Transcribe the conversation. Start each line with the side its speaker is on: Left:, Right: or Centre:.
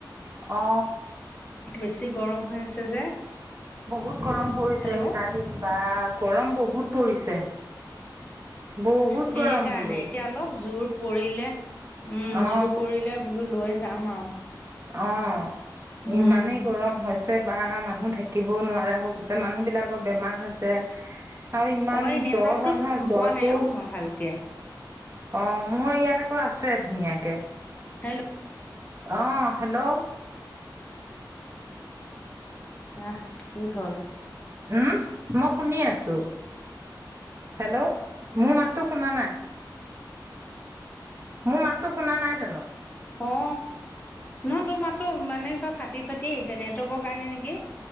Right: অ
Left: বেছি গৰম হৈ আছে যে।
Right: বহুত গৰম পৰিছে
Left: হেল্ল'
Right: কেইটা দিন বা গৰম বহুত। পৰিছে, বহুত
Left: সেইকাৰণে
Right: গৰম বোলো।
Left: এতিয়া অলপ জোৰ পৰিলে উম
Right: অ
Left: জোৰ পৰিলে বোলো লৈ যাম আৰু
Right: অ'
Left: উম
Right: ইমানেই গৰম হৈছে বা মানুহ থাকিবও নোৱাৰা হৈ মানুহ বিলাকৰ বেমাৰ হৈছে। আৰু ইমান
Left: অ এই নেটৱৰ্কটো
Right: জ্বৰ হয় নহয় জ্বৰটো
Left: পোৱা নাই অ মই ভালকে
Right: অ' মোৰ ইয়াত আকৌ আছোৱেই ধুনীয়াকে,
Left: হেল্ল'
Right: অ'। হেল্ল'।
Left: অ' কি হ'ল।
Right: উম, মই শুনি আছো, হেল্ল' মোৰ মাতটো শুনা নাই। মোৰ মাততো শুনা নাই জানো।
Left: অ নহ তোৰ মাতটো মানে ফাটি ফাটি আহিছে নেটৱৰ্কৰ কাৰণে নেকি